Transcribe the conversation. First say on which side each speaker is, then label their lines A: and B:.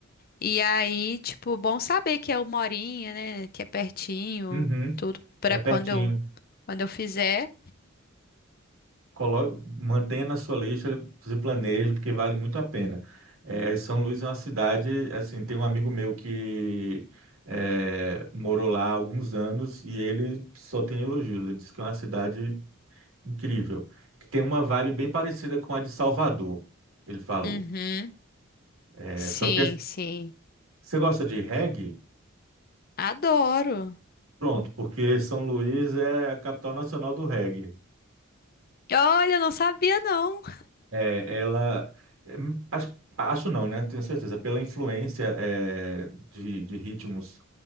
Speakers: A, on the left; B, on the right.
A: E aí, tipo, bom saber que é uma horinha, né? Que é pertinho,
B: Uhum,
A: tudo para
B: é pertinho.
A: quando eu quando eu fizer.
B: colo... mantenha na sua lista, se planeje, porque vale muito a pena. É, São Luís é uma cidade, assim, tem um amigo meu que é, morou lá há alguns anos e ele só tem elogios. Ele disse que é uma cidade incrível, que tem uma vibe bem parecida com a de Salvador, ele falou.
A: Uhum.
B: É,
A: Sim,
B: só que é-
A: sim.
B: você gosta de reggae?
A: Adoro.
B: Pronto, porque São Luís é a capital nacional do reggae.
A: Olha, não sabia não.
B: É, ela. é, Acho, acho não, né? Tenho certeza. Pela influência, é, de, de ritmos